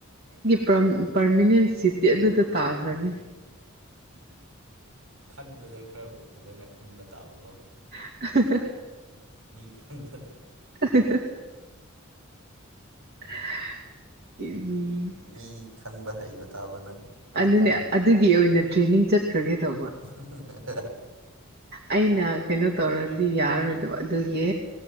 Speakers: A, on the right; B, on the right.
A: ꯄ꯭ꯔꯝ ꯄ꯭ꯔꯃꯤꯅꯦꯟ ꯁꯤꯠꯇꯤ ꯑꯗꯨꯗ ꯇꯥꯈ꯭ꯔꯅꯤ
B: ꯈꯟꯕꯗ ꯈꯔ ꯐꯖꯅ ꯈꯟꯕ ꯇꯥꯕꯀꯣ
A: <unintelligible> <inaudible> ꯑꯥꯍꯥ ꯍꯥ
B: ꯃꯤ ꯈꯪꯗꯗꯥ
A: <unintelligible> <inaudible> ꯑꯍꯥ ꯍꯥ ꯍꯥ ꯎꯝꯝ <unintelligible>
B: ꯃꯤ ꯈꯟꯕ ꯍꯩꯕ ꯇꯥꯕ ꯅꯪ ꯅꯠꯇ꯭ꯔꯗꯤ
A: ꯑꯗꯨꯅꯦ ꯑꯗꯨꯒꯤ ꯑꯣꯏꯅ ꯇ꯭ꯔꯦꯟꯅꯤꯡ ꯆꯠꯈ꯭ꯔꯒꯦ ꯇꯧꯕ
B: ꯍꯨꯍꯨ ꯍꯥꯍꯥ <unintelligible> <inaudible>
A: ꯑꯩꯅ ꯀꯩꯅꯣ ꯇꯧꯔꯗꯤ ꯌꯥꯔꯥꯔꯣꯏꯗꯕ ꯑꯗꯨꯒꯤ